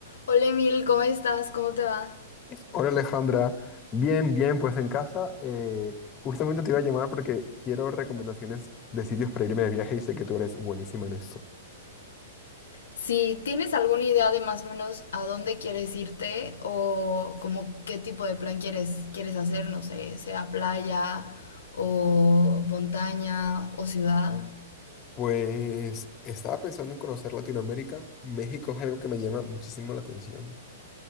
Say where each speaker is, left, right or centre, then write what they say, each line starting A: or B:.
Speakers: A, on the left; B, on the left.
A: Hola Emil, ¿cómo estás? ¿Cómo te va?
B: Hola Alejandra, bien, bien, pues en casa. eh, justamente te iba a llamar porque quiero recomendaciones de sitios para irme de viaje y sé que tú eres buenísima en esto.
A: Si tienes alguna idea de más o menos a dónde quieres irte o como qué tipo de plan quieres, quieres hacer, no sé, sea playa o montaña o ciudad.
B: Pues estaba pensando en conocer Latinoamérica. México es algo que me llama muchísimo la atención.